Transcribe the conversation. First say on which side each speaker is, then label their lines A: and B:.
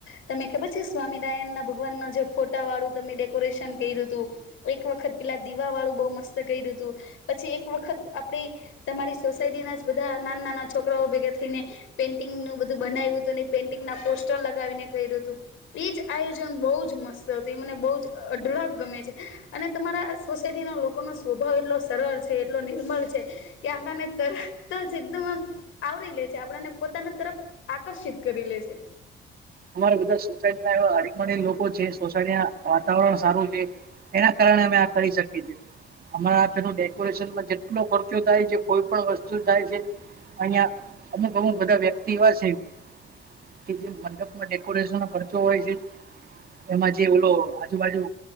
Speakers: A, on the left; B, on the right.
A: તને ખબર છે સ્વામિનારાયણ ના ભ ભગવાન જે ફોટા વાળું તમે ડેકોરેશન કર્યું હતું એક વખત પેલા દીવા વાળું બો મસ્ત કર્યું હતું પછી એક વખત આપડી તમારી સોસાયટી ના જ બધા નાના નાના છોકરાઓ ભેગા થઈને પેઇન્ટિંગ નું બધું બનાવ્યું હતું અને પેઇન્ટિંગ ના પોસ્ટર લગાવીને કર્યું હતું એજ આ ન બો જ મસ્ત હતું મને બો જ અઢળક ગમે છે અને તમારા સોસાયટી ના લોકોનો સ્વભાવ એટલો સરળ છે એટલો નિર્મળ છે કે આપણાને તરત જ એકદમ આવરી લે છે આપને પોતાના તરફ આકર્ષિત કરી લે છે
B: અમારે બધા સોચાઈજ <unintelligible> હારી લોકો છે <inaudible> વા ચાંદોદ એક એના કારણે અમે કરી શકીએ અમા ડેકોરેશનમાં જેટલો ખર્ચો થાય છે કોઈ પણ વસ્તુ થાય છે <unintelligible> અમુક અમુક બધા વ્યક્તિ એવા છે કે જે મ ડેકોરેશન ખર્ચો હોય છે એમાં જે ઓલો આજુબાજુ